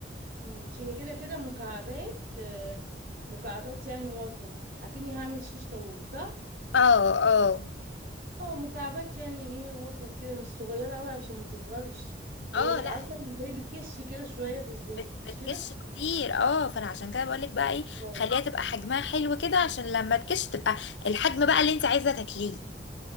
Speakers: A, on the right; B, on the left.
A: ماشي هي كده كده مكعبات آه، مكعبات يعني وسط اكني هعمل شيش طاووق صح
B: اه اه
A: اه مكعبات يعني ايه وسط كده مش صغيره قوي عشان ما تصغرش
B: اه
A: هي بقى
B: لا
A: اصلا زي بتكش كده شويه في الزيت
B: بت
A: مش
B: بتكش كتير اه فانا عشان كده بقولك بقى ايه
A: كده
B: خليها تبقى حجمها حلو كده عشان لما تكش تبقى الحجم بقى اللي انت عايزه تاكليه